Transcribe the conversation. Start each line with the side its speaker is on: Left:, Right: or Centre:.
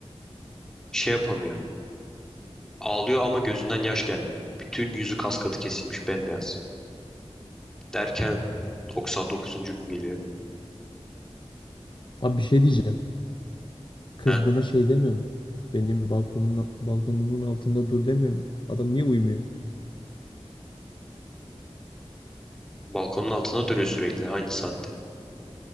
Centre: şey yapamıyor Ağlıyor ama gözünden yaş gelmiyor. Bütün yüzü kas katı kesilmiş bembeyaz. Derken 99. gün geliyor.
Left: Abi bir şey diyeceğim. Kız
Centre: Heh,
Left: buna şey demiyor mu? Benim balkonumun balkonumun altında dur demiyor mu? Adam niye uyumuyor?
Centre: balkonun altında duruyor sürekli aynı saatte.